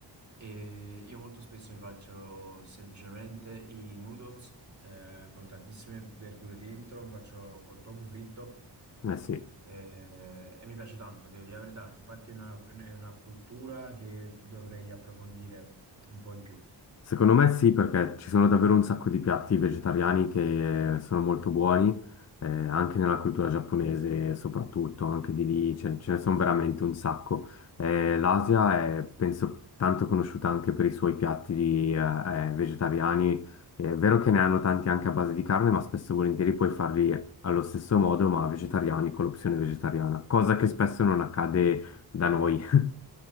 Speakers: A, on the right; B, on the left.
A: e io molto spesso mi faccio semplicemente i noodles eh, con tantissime verdure dentro, mi faccio col tofu fritto
B: Eh sì.
A: eh, e mi piace tanto, devo dire la verità. Infatti è una, è una cultura che dovrei approfondire un po' in più.
B: Secondo me sì, perché ci sono davvero un sacco di piatti vegetariani che sono molto buoni, eh, anche nella cultura giapponese soprattutto, anche di lì ce, ce ne sono veramente un sacco. Eh, l'Asia è, penso, tanto conosciuta anche per i suoi piatti di, eh, eh, vegetariani. È vero che ne hanno tanti anche a base di carne, ma spesso e volentieri puoi farli allo stesso modo, ma vegetariani, con l'opzione vegetariana, cosa che spesso non accade da noi. <laughs>